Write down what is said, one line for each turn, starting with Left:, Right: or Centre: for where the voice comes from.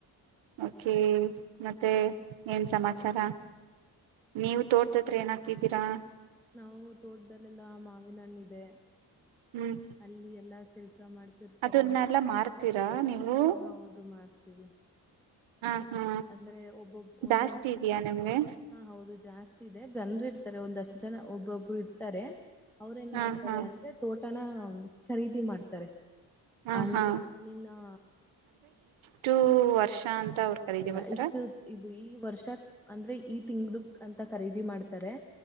Right: ಓಕೆ ಮತ್ತೆ ಏನ್ ಸಮಾಚಾರ ನೀವು ತೋರ್ದತ್ರ ಏನಾಗ್ತಿದ್ದೀರಾ
Centre: ನಾವು ತೋಟದಲ್ಲೆಲ್ಲಾ ಮಾವಿನಣ್ಣಿದೆ
Right: ಹ್ಮ್
Centre: ಅಲ್ಲಿ ಎಲ್ಲ ಕೆಲ್ಸ ಮಾಡ್ತಿರ್ತಾರೆ
Right: ಅದನ್ನೆಲ್ಲಾ ಮಾರ್ತೀರಾ ನೀವು
Centre: ಆ ಹೌದು ಮಾರ್ ಹ್
Right: ಹ ಹಾ
Centre: ಅಂದ್ರೆ ಒಬ್ಬೊಬ್ಬ ಒಂದೊ
Right: ಜಾಸ್ತಿ ಇದಯಾ ನಿಮ್ಗೆ
Centre: ಹಾ ಹೌದು ಜಾಸ್ತಿ ಇದೆ ಜನ್ರು ಇರ್ತಾರೆ ಒಂದಷ್ಟ ಜನ ಒಬ್ಬೊಬ್ರು ಇರ್ತಾರೆ ಅವ್ರ ಏನ್
Right: ಹ
Centre: ಮಾಡ್ತಾರೆ
Right: ಹಾ
Centre: ಅಂದ್ರೆ ತೋಟನ ಖರೀದಿ ಮಾಡ್ತಾರೆ
Right: ಹ
Centre: ಅನ್
Right: ಹಾ
Centre: ಅನ್ನಿ ನಾ
Right: ಷ್ಟು ವರ್ಷ ಅಂತ ಅವರು ಕರೀಗೆ ಬರ್ತಾರ
Centre: ಇಷ್ಟು ಇದು ಈ ವರ್ಷ ಅಂದ್ರೆ ಈ ತಿಂಗಳಕ್ ಅಂತ ಖರೀದಿ ಮಾಡ್ತಾರೆ